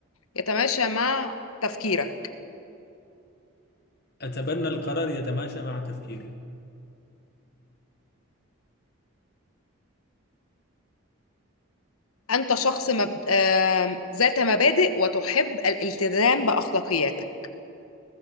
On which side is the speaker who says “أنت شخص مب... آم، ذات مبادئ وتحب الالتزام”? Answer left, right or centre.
Left